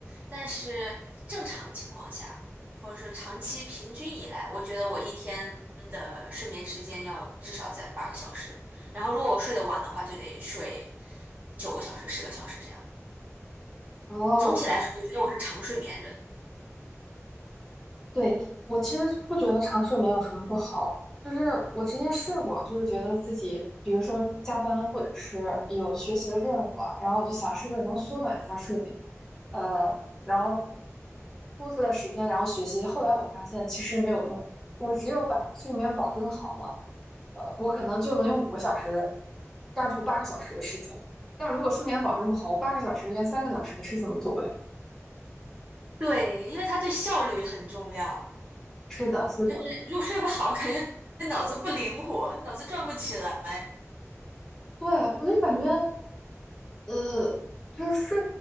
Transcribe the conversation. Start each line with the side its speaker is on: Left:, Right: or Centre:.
Right: 但是正常情况下，或者是长期平均以来，我觉得我一天的睡眠时间要至少在八个小时。然后如果我睡得晚的话，就得睡九个小时、十个小时这样。
Centre: 哦，
Right: 总体来说，我觉得我是长睡眠人。
Centre: 对，我其实不觉得长睡眠有什么不好，就是我之前试过，就是觉得自己，比如说加班或者是有学习的任务啊，然后我就想是不是能缩短一下睡眠，呃，然后多出的时间，然后学习。后来我发现其实没有用，我只有把睡眠保证好了，呃，我可能就能用五个小时干出八个小时的事情。但如果睡眠保证不好，我八个小时连三个小时的事情都做不了。
Right: 对，因为它对效率很重要，
Centre: 是的，是的。
Right: 就是又睡不好，感觉脑子不灵活，脑子转不起来。
Centre: 对，我就感觉。呃，就是睡，